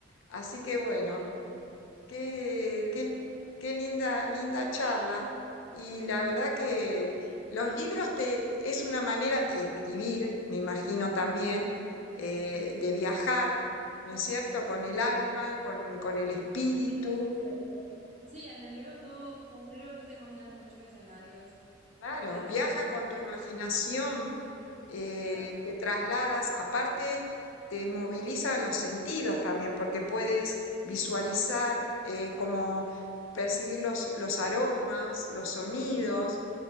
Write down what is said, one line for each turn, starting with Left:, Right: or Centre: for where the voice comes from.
Left: Así que bueno,
Right: Ok, qué
Left: qué,
Right: interesante.
Left: qué,
Right: ¿no?
Left: qué linda, linda charla. Y la verdad que los libros te, es una manera de escribir, me imagino también, eh, de viajar, ¿no es cierto? Con el alma, con, con el espíritu.
Right: Sí, eso es cierto. Sí, en el libro tú, con un libro tú te imaginas muchos escenarios
Left: Claro,
Right: hipotéticos
Left: viajas
Right: también.
Left: con tu imaginación,
Right: Sí,
Left: eh,
Right: claro, claro.
Left: te trasladas, aparte te moviliza los sentidos también, porque puedes visualizar,
Right: Sí.
Left: eh, como percibir los, los aromas, los sonidos,